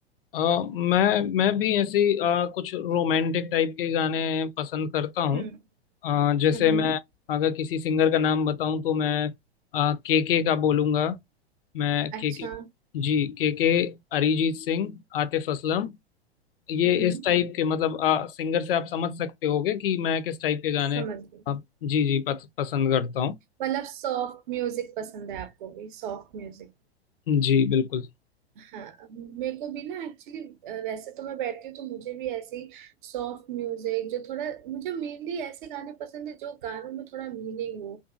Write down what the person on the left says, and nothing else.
अ, मैं मैं भी ऐसी अ, कुछ रोमांटिक टाइप के गाने पसंद करता हूँ
अ, जैसे
मैं अगर किसी सिंगर का नाम बताऊं तो मैं आ, के के का बोलूंगा मैं
के के जी के के अरिजीत सिंह आतिफ असलम ये
इस टाइप के मतलब आ, सिंगर से आप समझ सकते होगे कि मैं किस टाइप के गाने
आ, जी जी पस, पसंद करता हूँ
जी बिल्कुल